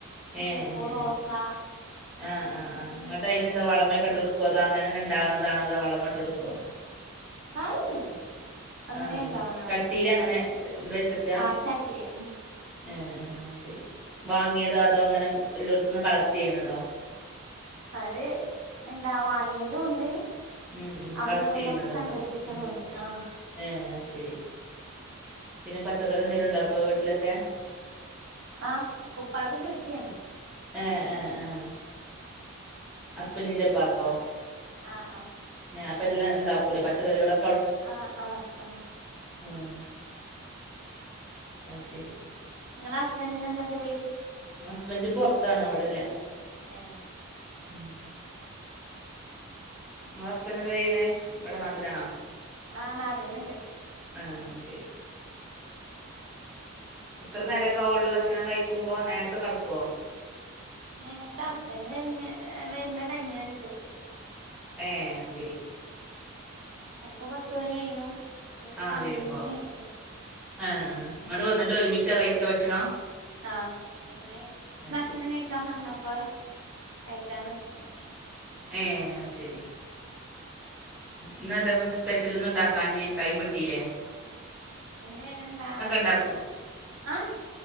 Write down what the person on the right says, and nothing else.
മുല്ലപ്പൂ
റോസാ
വളൊന്നും അങ്ങനെ
ഇണ്ടാവണതാണ്
ആഹ് ചട്ടിയില് ഉം
അത് എന്താ വാങ്ങിയതുണ്ട്
അവിടുന്ന്
ഇവിടുന്നൊക്കെ
സംഘടിപ്പിച്ചതുണ്ട്
ആഹ്
ആഹ് ഉപ്പാക്ക് കൃഷിയാണ്
ആഹ് ആഹ്
ആഹ് ആഹ് ആഹ്
ഇങ്ങളെ ഹസ്ബന്റിന് എന്താ ജോലി?
ഏഹ്
ആഹ് നാട്ടില്ണ്ട്
നേര്ത്ത ഹസ്ബൻഡ് വര്ണ വര്ണ ടൈമിനനുസരിച്ച്
ചെലപ്പോ പത്ത് മണി കയ്യും ചിലപ്പോ
പന്ത്രണ്ട്
മണി കയ്യും
ആഹ് ഇന്ന് ഭക്ഷണം
കഴിക്കാൻ പറഞ്ഞപ്പ കഴിക്കാൻ നിക്കാണ്
ഇന്ന് എന്താ
ആഹ്